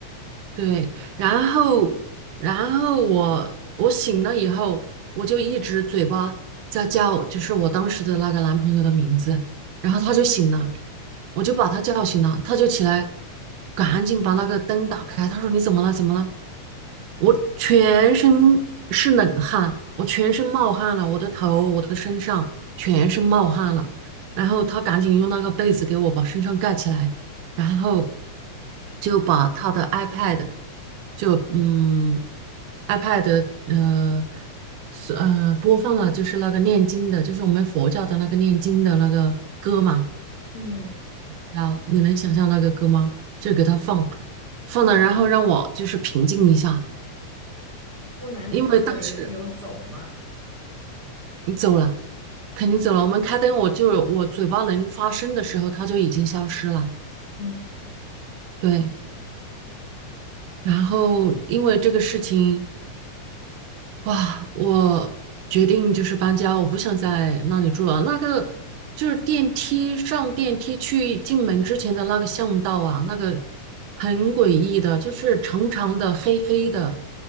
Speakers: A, on the right (about 85°); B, on the left (about 35°).
A: 对，然后，然后我我醒了以后，我就一直嘴巴在叫，就是我当时的那个男朋友的名字，然后他就醒了。
B: 嗯
A: 我就把他叫醒了，他就起来，赶紧把那个灯打开。他说：“你怎么了？怎么了？”我全身是冷汗，我全身冒汗了，我的头、我的身上全身冒汗了。然后他赶紧用那个被子给我把身上盖起来，然后就把他的 iPad 就嗯 iPad 呃是呃播放了就是那个念经的，就是我们佛教的那个念经的那个歌嘛。
B: 嗯。
A: 然后你能想象那个歌吗？就给他放，放了，然后让我就是平静一下，
B: 后来那个鬼有有走吗？
A: 因为当时你走了，肯定走了。
B: 嗯
A: 我们开灯，我就我嘴巴能发声的时候，他就已经消失了。
B: 嗯
A: 对，然后因为这个事情，哇，我决定就是搬家，我不想在那里住了。那个就是电梯上电梯去进门之前的那个巷道啊，那个很诡异的，就是长长的、黑黑的，